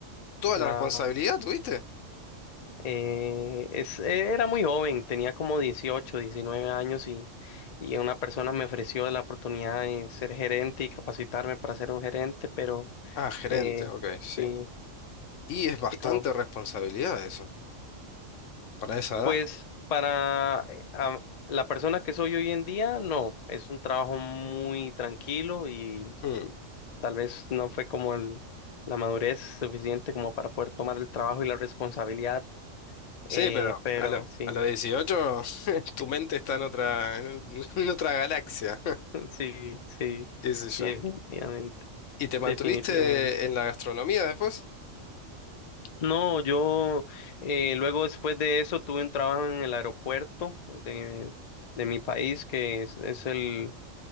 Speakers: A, on the left; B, on the left.
A: ¿Toda
B: La,
A: la responsabilidad tuviste?
B: eh, es, eh, era muy joven, tenía como 18 19 años y, y una persona me ofreció la oportunidad de ser gerente y capacitarme para ser un gerente, pero
A: Ah, gerente,
B: eh,
A: ok, sí.
B: sí,
A: Y es bastante
B: sí, como,
A: responsabilidad eso, para esa edad.
B: pues para eh, a- la persona que soy hoy en día, no, es un trabajo muy tranquilo y
A: Mm,
B: tal vez no fue como el, la madurez suficiente como para poder tomar el trabajo y la responsabilidad,
A: Sí,
B: eh,
A: pero
B: pero
A: a, lo-
B: sí.
A: a los 18 <laughs> tu mente está en otra, <laughs> en, en otra galaxia,
B: <laughs> Sí, sí,
A: <laughs> qué sé
B: sí,
A: yo.
B: definitivamente,
A: ¿Y te mantuviste
B: definitivamente.
A: en la gastronomía después?
B: No, yo eh, luego después de eso tuve un trabajo en el aeropuerto de, de mi país, que es, es el,